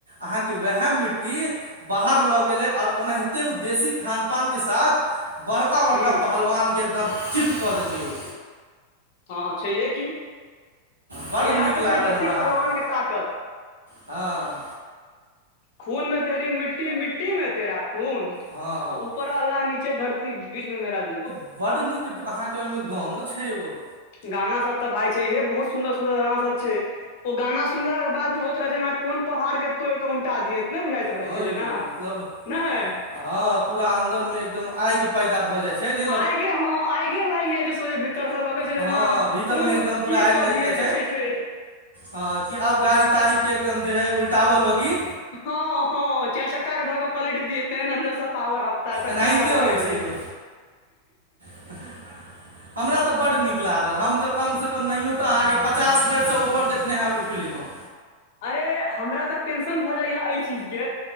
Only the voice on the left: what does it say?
हूँ
हँ छैहे की
इएह
तऽ
छै बेसी
पहलवानके
ताकत
खून में तेरी मिट्टी मिट्टी में तेरा खून
आ ऊपर अल्लाह नीचे धरती बीच बीच मे राजू
गाना सब तऽ भाय छै इहे बहुत सुन्दर सुन्दर गाना सब छै ओ गाना सुनलाक के बाद में होइत रहे छै जेना कोन पहाड़ के तोड़क उनटा दियत नय बुझाइत रहै
छै
जेना
नय
आगे हं आगे लाइग य जे सोे भीतर से ले छै
जेना आब
कोन
की
क
दियै
जे छै से
हँ हँ चाइर चक्का के धऽ क पलट दियौ तेहेन अंन्दर से पावर आबै शक्ति
आबे
लागै छै
अरे हमरा तऽ टेंशन भऽ जाइया एहि चीजके